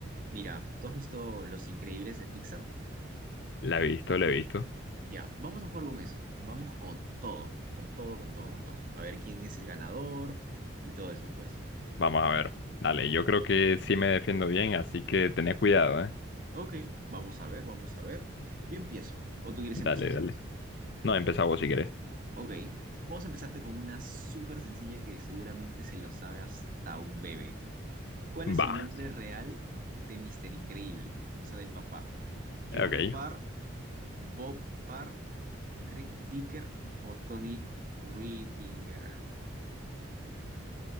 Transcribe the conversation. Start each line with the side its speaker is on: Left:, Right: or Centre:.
Right: Mira, ¿tú has visto Los Increíbles de Pixar?
Left: La he visto, la he visto.
Right: Ya, vamos a jugar con eso. Vamos con todo, con todo, con todo, con todo. A ver quién es el ganador y todo eso, pues.
Left: Vamos a ver. Dale, yo creo que sí me defiendo bien, así que tené cuidado, ¿eh?
Right: Ok, vamos a ver, vamos a ver. Yo empiezo, o tú quieres
Left: Dale,
Right: empezar.
Left: dale. No, empezá vos si querés.
Right: Ok, vamos a empezarte con una súper sencilla que seguramente se lo sabe hasta un bebé. ¿Cuál
Left: Va.
Right: es el nombre real de Mister Increíble? O sea, del papá. John
Left: Ok.
Right: Parr, Bob Parr, Rick Dicker o Tony Reedinger.